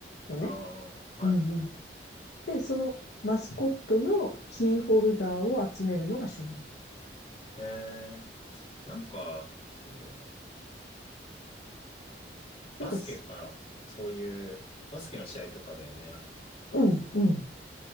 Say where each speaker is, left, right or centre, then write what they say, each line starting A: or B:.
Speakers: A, on the left; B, on the left.
A: のね。
B: ああ、はいはい。
A: うんうん。で、そのマスコットのキーホルダーを集めるのが趣味なの。
B: ええ、なんか、そうだな。
A: なんか
B: バスケとか、そういう、バスケの試合とかだよね。
A: うんうん、